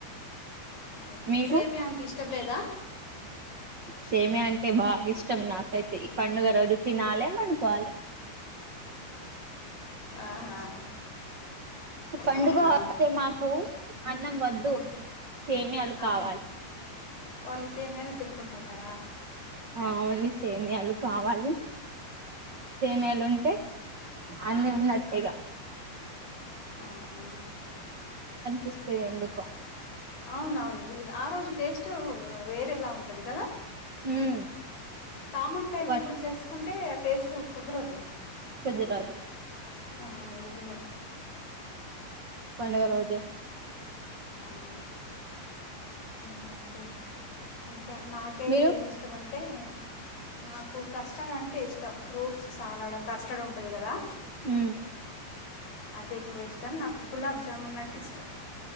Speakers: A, on the left; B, on the right.
A: ఓకే
B: మీకు
A: సేమ్యా అంటే ఇష్టం లేదా
B: సేమ్యా అంటే బాగ ఇష్టం నాకైతే ఇ పండుగ రోజు తినాలె పండుకోవాలె
A: ఆహా
B: పండుగ
A: అవునా
B: అస్తే మాకు అన్నం వద్దు
A: ఉమ్.
B: సేమ్యాలు
A: ఆహా
B: కావాలి
A: ఓన్లీ సేమ్యానే తినుకుంట ఉంటరా
B: ఆ ఓన్లీ సేమ్యాలు కావాలి సేమ్యాలు ఉంటే అన్ని ఉన్నట్టే ఇగా
A: అవునా
B: పిస్తయ్ ఎందుకో
A: అవునవును నిజమే ఆ రోజు టేస్ట్ వేరేలా ఉంటది కదా
B: ఉమ్
A: కామన్ టైం
B: బట్
A: అప్పుడు చేసుకుంటే ఆ టేస్ట్ కుదరదు
B: పెద్ద టార్గెట్
A: ఆ అవును నిజమే
B: పండగ రోజే
A: అవును ఇగ ఓకే ఇన్ కా నాకైతే
B: మీరు
A: ఏమిష్టమంటే నాకు కష్టర్డ్ అంటే ఇష్టం ఫ్రూట్స్ సాలడ్ కస్టర్డ్ ఉంటది గదా
B: ఉమ్
A: అది ఎక్కువ ఇష్టం నాకు గులాబ్ జామున్ లాంట్ టిష్టం